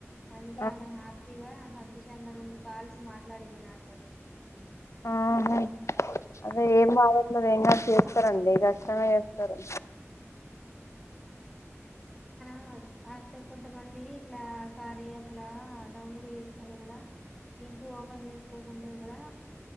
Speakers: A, in the centre; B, on the left.
A: అందుకే
B: ఆ,
A: ఆమె హ్య పిగా సంతోషంగా రెండు కాల్స్ మాట్లాడింది నాతోని.
B: ఆహా అదే ఏం బాగుంది <inaudible> ఎంగా చేస్తారండి కశ్చితం చేస్తారు
A: <unintelligible> తే కొంతమంది ఇట్లా కార్య యాప్ లా డౌన్లోడ్ చేసుకొని కూడా లింక్ ఓపెన్ చేసుకోకుంటే కూడా